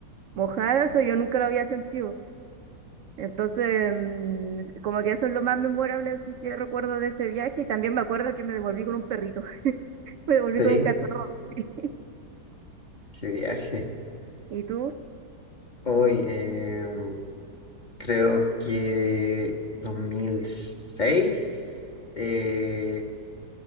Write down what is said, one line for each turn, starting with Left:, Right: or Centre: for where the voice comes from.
Right: mojada, eso yo nunca lo había sentido. Entonces, mm, como que eso es lo más memorable, así que recuerdo de ese viaje y también me acuerdo que me devolví con un perrito, <laughs> me devolví
Left: sí,
Right: con un cachorro. sí.
Left: qué viaje.
Right: ¿Y tú?
Left: Hoy, em, creo que 2006, eh,